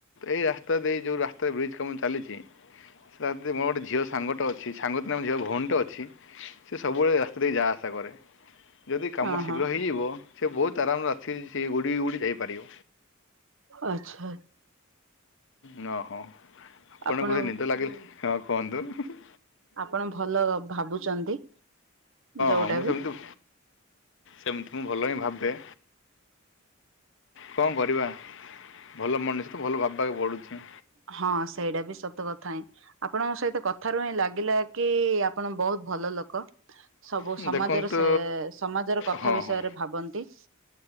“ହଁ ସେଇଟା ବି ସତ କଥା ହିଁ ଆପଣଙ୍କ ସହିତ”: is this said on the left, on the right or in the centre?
Right